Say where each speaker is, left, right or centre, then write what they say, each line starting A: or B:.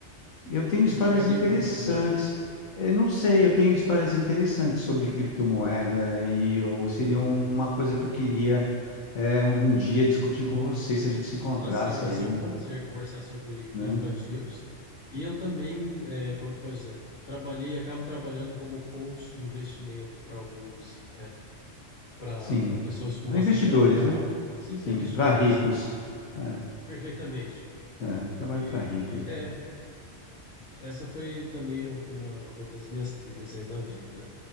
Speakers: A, on the left (about 85°); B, on the left (about 65°).
A: Eu tenho
B: que
A: histórias
B: pagariam
A: interessantes.
B: em criptomoedas.
A: Eu não sei, eu tenho histórias interessantes sobre criptomoeda e eu, seria uma coisa que eu queria é, um, um dia discutir com você se a gente se encontrasse
B: Ah, sim, vai
A: aí,
B: ser um prazer conversar sobre criptoativos.
A: né?
B: E eu também, é, como que pode dizer, trabalhei, acabo trabalhando como coach de investimento para alguns, para
A: Sim.
B: para pessoas com
A: Para
B: bastante
A: investidores,
B: capital,
A: né?
B: sim,
A: Sim,
B: para investidores,
A: para ricos. É,
B: perfeitamente.
A: é, trabalho
B: E
A: para ricos. né?
B: é, essa foi também uma, uma das minhas trilhas aí na vida,